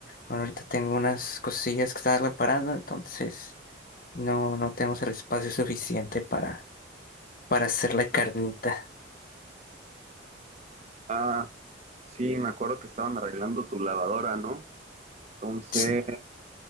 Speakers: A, on the left (about 45°); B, on the right (about 35°).
A: bueno, ahorita tengo unas cosillas que están reparando, entonces no, no tenemos el espacio suficiente para, para hacer la carnita.
B: Ah, sí, me acuerdo que estaban arreglando tu lavadora, ¿no? Entonces,
A: Sí,